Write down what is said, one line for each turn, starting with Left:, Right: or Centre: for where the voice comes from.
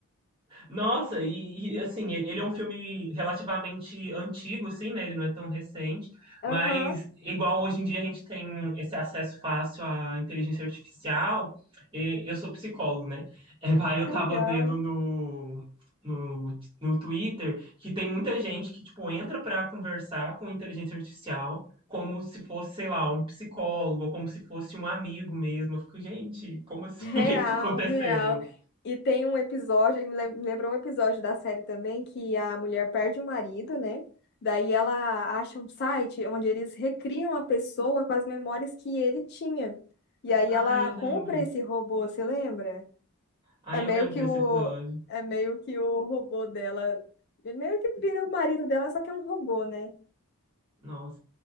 Right: Nossa, e, e, assim, ele ele é um filme relativamente antigo, assim, né? Ele não é tão recente,
Left: Aham,
Right: mas igual hoje em dia a gente tem esse acesso fácil à inteligência artificial, e eu sou psicólogo, né? É, vai, eu
Left: que
Right: tava
Left: legal.
Right: vendo no, no, no Twitter que tem muita gente que, tipo, entra para conversar com inteligência artificial como se fosse, sei lá, um psicólogo, ou como se fosse um amigo mesmo. Eu fico, gente, como assim?
Left: Real,
Right: <laughs> O que que tá acontecendo?
Left: real. E tem um episódio, me lem- me lembrou um episódio da série também, que a mulher perde o marido, né? Daí ela acha um site onde eles recriam a pessoa com as memórias que ele tinha. E aí
Right: Ah,
Left: ela
Right: eu
Left: compra
Right: lembro.
Left: esse robô, você lembra?
Right: Aí
Left: É
Right: eu
Left: meio
Right: lembro
Left: que
Right: desse
Left: o,
Right: episódio.
Left: é meio que o robô dela. ele Meio que vira o marido dela, só que é um robô, né?
Right: Nossa.